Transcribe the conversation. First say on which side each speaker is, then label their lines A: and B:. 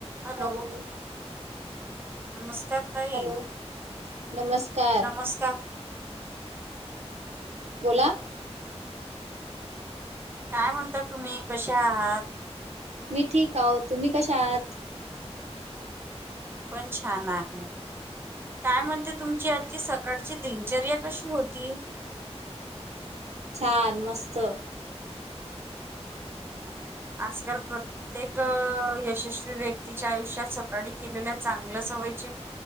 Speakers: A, on the right; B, on the right.
A: Hello
B: पालो.
A: नमस्कार ताई
B: हॅलो नमस्कार
A: नमस्कार.
B: बोला.
A: काय म्हणतात तुम्ही कशा आहात.
B: मी ठीक आहो तुम्ही कशा आहात.
A: मी पण छान आहे. काय म्हणते तुमची आजची सकाळची दिनचर्या कशी होती.
B: छान मस्त.
A: आजकाल प्रत्य प्रत्येक यशस्वी व्यक्तीच्या आयुष्यात सकाळी केलेल्या चांगल्या सवयीचे